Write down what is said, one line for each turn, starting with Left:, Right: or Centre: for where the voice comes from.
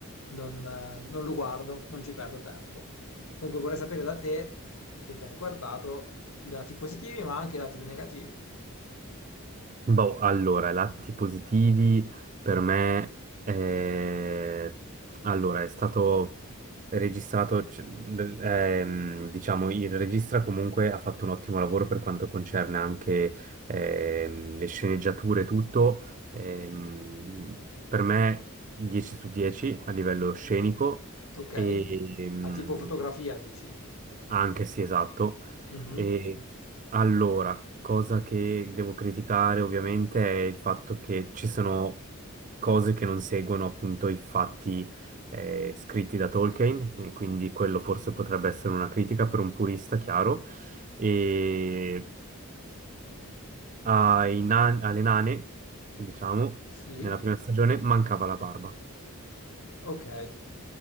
Left: non, eh, non lo guardo, non ci perdo tempo. Dunque, vorrei sapere da te che l'hai guardato i lati positivi, ma anche i lati negativi.
Right: Boh, allora, lati positivi per me, eh, allora, è stato registrato, c- d- ehm, diciamo, il regista comunque ha fatto un ottimo lavoro per quanto concerne anche ehm, le sceneggiature e tutto. Ehm, per me 10 su 10 a livello scenico
Left: Ok?
Right: Mm.
Left: A tipo fotografia,
Right: e,
Left: dici?
Right: anche sì, esatto.
Left: Mhm.
Right: E allora, cosa che devo criticare ovviamente è il fatto che ci sono cose che non seguono appunto i fatti eh, scritti da Tolkien, e quindi quello forse potrebbe essere una critica per un purista, chiaro. E ai nan- alle nane, diciamo,
Left: Sì,
Right: nella prima stagione mancava la barba,
Left: ok.